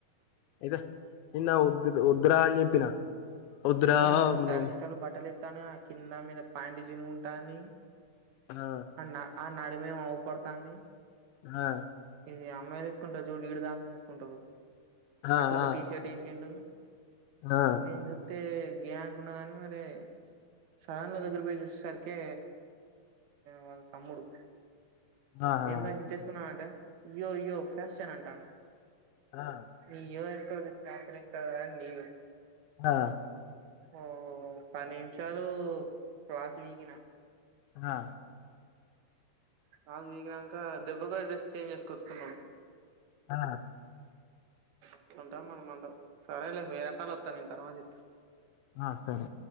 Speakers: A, on the left (about 80°); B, on the right (about 85°).
A: ఇద నిన్న ఉద్ వద్దురా అని చెప్పిన వద్దురా
B: మొత్తం స్టైల్
A: నువ్వు
B: స్టైల్ బట్టలే ఆ కింద మీద పాంటు జినుగుంటాని
A: ఆ
B: అన్నా ఆన్నాడేమో మేమువు పడతాంది
A: ఆ
B: ఇది అమ్మాయిలు ఏసుకుంటారు జూడు ఇడిదాంకనే ఏసుకుంటారు
A: ఆ ఆ
B: అట్ల ఒక టీషర్ట్ వేసిండు
A: ఆ
B: నే అయితే గే అనుకున్న గాని మరి సడన్గా దగ్గరి పోయి చూసే సరికే వాళ్ళ తమ్ముడు
A: ఆహా
B: ఎందో గిచ్చేసుకున్నావ అంట ఇయ్యో ఇయ్యో ఫ్యాషన్ అంటాను
A: ఆ
B: ఇయ్యో టార్చర్ ఎక్కడ <unintelligible>
A: ఆ
B: ఓ పది నిమిషాలు క్లాస్ వీకిిన
A: హా
B: కాల్ పీకినంక దెబ్బగా డ్రెస్ చేంజ్ చేసుకచ్చుకున్నాడు
A: ఆ
B: ఇట్ల ఉంటాం మన అంట సరేలే వేరే కాల్ వత్తాం నేని తర్వాత చెత్త
A: ఆ సరే